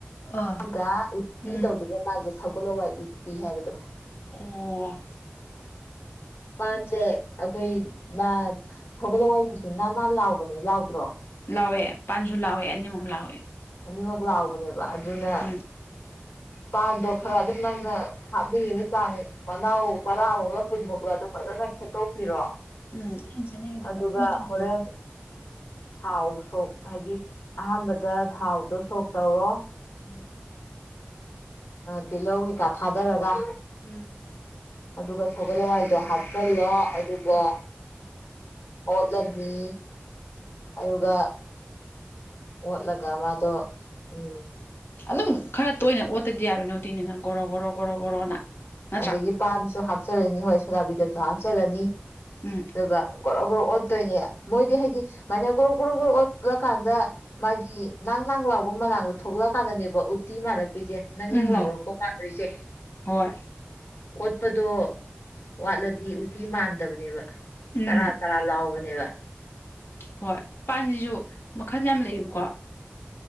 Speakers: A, on the left; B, on the left.
A: ꯑꯥ
B: <unintelligible> ꯎꯠꯇꯤ
A: ꯎꯝ
B: ꯇꯧꯗꯣꯏꯕ ꯃꯥꯁꯦ ꯁꯒꯣꯜ ꯍꯋꯥꯏ ꯎꯠꯇꯤ ꯍꯥꯏꯕꯗꯣ
A: ꯑꯣ
B: ꯄꯟꯖꯦ ꯑꯩꯈꯣꯏ ꯃꯥ ꯁꯒꯣꯜꯋꯥꯏꯒꯤꯁꯨ ꯅꯥꯟ ꯅꯥꯥꯟ ꯂꯥꯎꯕꯅꯦ ꯂꯥꯎꯗ꯭ꯔꯣ
A: ꯂꯥꯎꯋꯦ ꯄꯥꯟꯁꯨ ꯂꯥꯎꯋꯦ ꯑꯅꯤꯃꯛ ꯂꯥꯎꯋꯦ
B: ꯑꯅꯤꯃꯛ ꯂꯥꯎꯕꯅꯦꯕ ꯑꯗꯨꯅ
A: ꯎꯝ
B: ꯄꯥꯟꯗꯣ ꯈꯔ ꯑꯗꯨꯝ ꯅꯪꯅ ꯍꯥꯞꯅꯤꯡꯉꯤꯕ ꯆꯥꯡ ꯃꯅꯥꯎ ꯇꯔꯥꯃꯨꯛꯂ ꯀꯨꯟꯃꯨꯛꯂꯗꯨ ꯐꯖꯅ ꯈꯦꯠꯇꯣꯛꯄꯤꯔꯣ
A: ꯎꯝ ꯑꯩꯅꯥ ꯆꯥꯅꯤꯡꯉꯦꯖꯦ
B: ꯑꯗꯨꯒ
A: ꯃꯇꯨꯝ ꯃꯇꯨꯝ
B: ꯍꯣꯔꯦꯟ
A: ꯗꯨꯅꯤ
B: ꯊꯥꯎ ꯁꯣꯛ ꯍꯥꯏꯗꯤ ꯑꯍꯥꯟꯕꯗ ꯊꯥꯎꯗꯣ ꯁꯣꯛ ꯇꯧꯔꯣ
A: <unintelligible>
B: ꯇꯤꯜꯍꯧ ꯀꯩꯀꯥ ꯊꯥꯗꯔꯒ
A: ꯎꯝ
B: ꯑꯗꯨꯒ ꯁꯒꯣꯜ ꯍꯋꯥꯏꯗꯣ ꯍꯥꯞꯆꯜꯂꯣ ꯑꯗꯨꯒ ꯑꯣꯠꯂꯅꯤ ꯑꯗꯨꯒ ꯑꯣꯠꯂꯒ ꯃꯥꯗꯣ ꯎꯝ
A: ꯑꯗꯨꯝ ꯈꯔ ꯇꯣꯏꯅ ꯑꯣꯠꯇꯗꯤ ꯌꯥꯔꯣꯏꯅꯦ ꯎꯇꯤꯅꯤꯅ ꯒꯣꯔꯣ ꯒꯣꯔꯣ ꯒꯣꯔꯣ ꯒꯣꯔꯣꯅ ꯅꯠꯇ꯭ꯔꯥ
B: ꯑꯗꯒꯤ ꯄꯥꯟꯁꯨ ꯍꯥꯞꯆꯜꯂꯅꯤ ꯍꯣꯏ ꯁꯣꯗꯥꯕꯩꯒꯥꯞꯁꯨ ꯍꯥꯞꯆꯜꯂꯅꯤ
A: ꯎꯝ
B: ꯑꯗꯨꯒ ꯒ꯭ꯔꯣ ꯒ꯭ꯔꯣ ꯑꯣꯠꯇꯣꯏꯅꯦ ꯃꯣꯏꯗꯤ ꯍꯥꯏꯗꯤ ꯃꯥꯏꯅ ꯒ꯭ꯔꯣ ꯒ꯭ꯔꯣ ꯒ꯭ꯔꯣ ꯑꯣꯠꯂꯀꯥꯟꯗ ꯃꯥꯒꯤ ꯅꯪ ꯅꯪ ꯂꯥꯎꯕ ꯃꯅꯥꯡꯗꯣ ꯊꯣꯛꯂꯛꯑꯀꯥꯟꯗꯅꯦꯕ ꯎꯇꯤ ꯃꯥꯜꯂꯛꯇꯣꯏꯁꯦ ꯅꯪ ꯅꯪ
A: ꯎꯝ
B: ꯂꯥꯎꯔꯛꯄ ꯃꯥꯟꯗꯣꯏꯁꯦ
A: ꯍꯣꯏ
B: ꯑꯣꯠꯄꯗꯣ ꯋꯥꯠꯂꯗꯤ ꯎꯇꯤ ꯃꯥꯟꯗꯕꯅꯦꯕ
A: ꯎꯝ
B: ꯆꯔꯥ ꯆꯔꯥ ꯂꯥꯎꯕꯅꯦꯕ
A: ꯍꯣꯏ ꯄꯥꯟꯁꯤꯁꯨ ꯃꯈꯟ ꯌꯥꯝ ꯂꯩꯌꯦꯕꯀꯣ